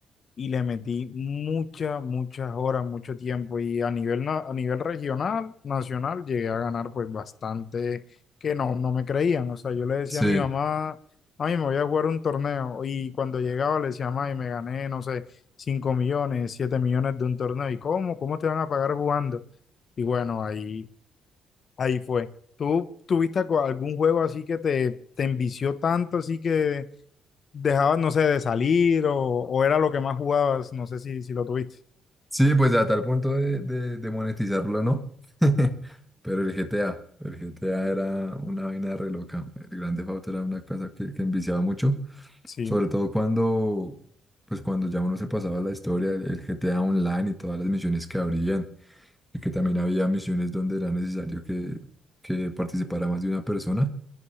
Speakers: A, on the left; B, in the centre.
A: y le metí muchas, muchas horas, mucho tiempo y a nivel, na- a nivel regional, nacional, llegué a ganar pues bastante que no, no me creían. O sea, yo le decía
B: Sí,
A: a mi mamá, ay, me voy a jugar un torneo y cuando llegaba le decía, ay, me gané, no sé, 5 millones, 7 millones de un torneo. ¿Y cómo? ¿Cómo te van a pagar jugando? Y bueno, ahí, ahí fue. ¿Tú tuviste algo- algún juego así que te, te envició tanto, así que dejabas, no sé, de salir o, o era lo que más jugabas, no sé si, si lo tuviste.
B: sí, pues a tal punto de, de, de monetizarlo, ¿no? <laughs> Pero el GTA, el GTA era una vaina re loca. El Grand Theft Auto era una cosa que, que enviciaba mucho.
A: Sí,
B: Sobre todo cuando, pues cuando ya uno se pasaba la historia, el el G T A Online y todas las misiones que habrían, y que también había misiones donde era necesario que, que participara más de una persona.